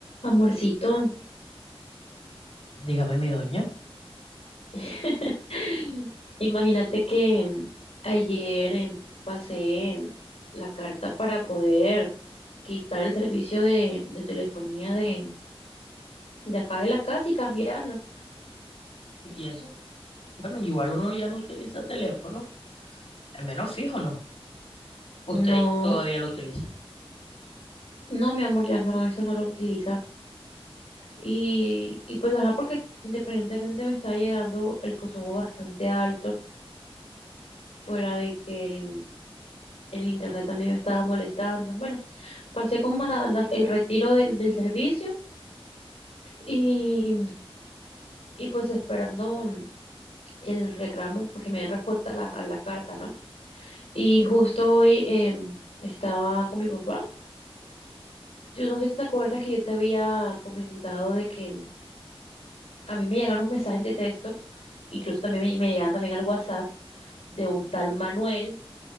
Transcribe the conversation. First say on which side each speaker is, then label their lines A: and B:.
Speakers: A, on the left; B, on the left.
A: Amorcito,
B: Dígame, mi doña.
A: <laughs> imagínate que mm, ayer eh, pasé mm, la carta para poder quitar el servicio de, de telefonía de, de acá de la casa y cambiarlo.
B: Y eso. Bueno, igual uno ya no utiliza teléfono. Al menos fijo, ¿no? Usted
A: No,
B: todavía lo utiliza.
A: no, mi amor, ya no, eso no lo utiliza. Y, y pues, ajá, porque independientemente me está llegando el consumo bastante alto, fuera de que mm, el internet también me estaba molestando. Bueno, pasé como la- la- el retiro del, del servicio. Y, y pues esperando mm, el reclamo, pues que me den respuesta a la, a la carta, ¿no? Y justo hoy eh, estaba con mi papá. Yo no sé si te acuerdas que yo te había comentado de que a mí me llegan unos mensajes de texto, incluso también me, me llegan también al WhatsApp de un tal Manuel